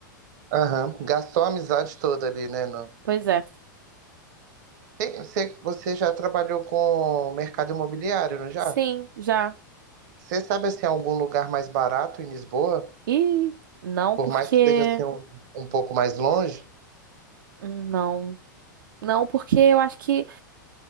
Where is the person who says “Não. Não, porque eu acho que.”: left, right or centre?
Right